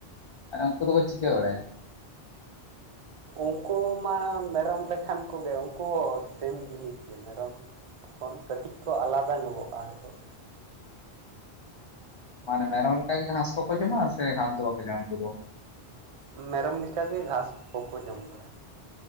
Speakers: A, on the left; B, on the right.
A: ᱟᱨ ᱩᱱᱠᱩ ᱫᱚ ᱠᱚ ᱪᱤᱠᱟᱹ ᱵᱟᱲᱟᱭᱟ?
B: ᱳᱝᱠᱳ ᱢᱟ ᱢᱮᱨᱚᱢ ᱞᱮᱠᱷᱟᱱ ᱠᱚ ᱜᱮ ᱳᱝᱠᱳ ᱦᱚᱸ ᱥᱮᱢ ᱡᱤᱱᱤᱥ ᱜᱮ ᱢᱮᱨᱚᱢ ᱠᱷᱚᱱ ᱠᱟᱹᱴᱤᱡ ᱠᱚ ᱟᱞᱟᱫᱟ ᱧᱚᱜᱚᱜᱼᱟ ᱦᱚᱭ ᱛᱚ ᱾
A: ᱢᱟᱱᱮ ᱢᱮᱨᱚᱢ ᱞᱮᱠᱟ ᱜᱮ ᱜᱷᱟᱥ ᱠᱚ ᱠᱚ ᱡᱚᱢᱟ ᱥᱮ ᱜᱷᱟᱥ ᱫᱚ ᱵᱟᱠᱚ ᱡᱚᱢ ᱩᱝᱠᱩ ᱫᱚ?
B: ᱢᱮᱨᱚᱢ ᱞᱮᱠᱟ ᱜᱮ ᱜᱷᱟᱸᱥ ᱠᱚ ᱠᱚ ᱡᱚᱢ ᱵᱟᱲᱟᱭᱟ ᱾